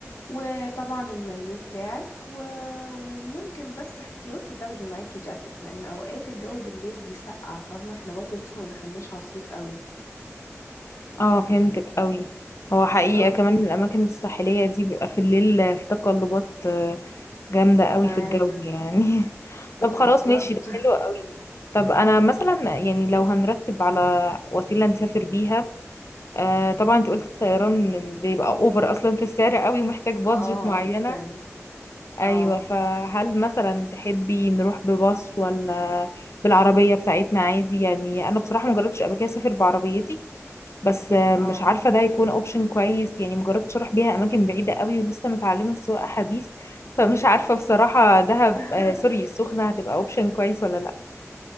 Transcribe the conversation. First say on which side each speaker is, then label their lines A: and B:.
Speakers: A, on the left; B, on the left.
A: وطبعا المايو بتاعك و- وممكن بس احتياطي تاخدي معاكي جاكيت لان اوقات الجو بالليل بيسقع فاهمه احنا برضو لسه ما دخلناش على الصيف قوي
B: اه فهمتك قوي هو حقيقة
A: صح
B: كمان الاماكن الساحلية دي بيبقى في الليل في تقلبات آه، جامدة قوي
A: ايوه
B: في الجو يعني <laughs>
A: بالظبط
B: طب خلاص ماشي ده
A: <laughs>
B: حلو قوي طب انا مثلا يعني لو هنرتب على وسيلة نسافر بيها آه طبعا انت قلت الطيران بيبقى اوفر اصلا في السعر قوي ومحتاج بادجت
A: اه
B: معينة
A: جدا
B: ايوه
A: اه
B: فهل مثلا تحبي نروح بباص ولا بالعربيه بتاعتنا عادي يعني انا بصراحه مجربتش قبل كده اسافر بعربيتي بس آه،
A: اه
B: مش عارفه ده هيكون اوبشن كويس يعني مجربتش اروح بيها اماكن بعيده قوي ولسه متعلمه السواقه حديث فمش عارفه بصراحه دهب
A: <laughs>
B: آه، سوري السخنه هتبقى اوبشن كويس ولا لا